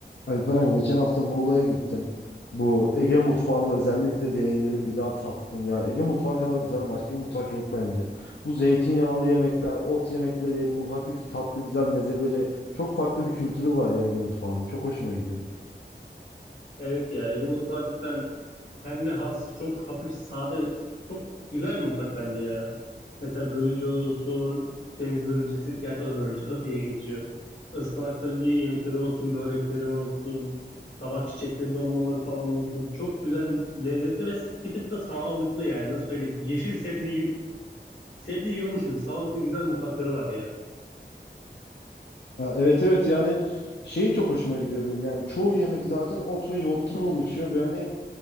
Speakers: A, on the left; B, on the left.
A: Alperen geçen hafta Muğla'ya gittim. Bu Ege mutfağını özellikle deneyimledim, bir daha tattım ya. Ege mutfağı kadar güzel başka bir mutfak yok bence. Bu zeytinyağlı yemekler, ot yemekleri, bu hafif tatlı güzel mezeleri çok farklı bir kültürü var ya Ege mutfağının. Çok hoşuma gidiyor.
B: Evet ya Ege mutfağı cidden kendine has çok hafif sade ve çok güzel bir mutfak bence ya. Mesela börülce olsun, deniz börülcesi, gerçi o da börülce <laughs> diye geçiyor. Ispanakları diye yemekleri olsun, börekleri olsun, kabak çiçekleri dolmaları falan olsun. Çok güzel, lezzetli ve bir tık da sağlıklı yani nasıl söyleyeyim. Yeşil sebze, yi- sebze yiyormuş gibi sağlıklı güzel mutfakları var ya.
A: Ha, Evet evet yani şeyi çok hoşuma gidiyor benim. Yani çoğu yemek zaten ot ve yoğurttan <laughs> oluşuyor ve hani